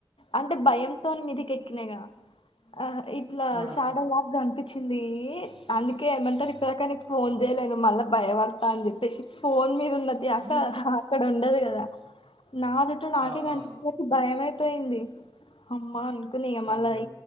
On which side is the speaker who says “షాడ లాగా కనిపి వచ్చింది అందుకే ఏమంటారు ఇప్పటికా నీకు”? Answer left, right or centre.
Left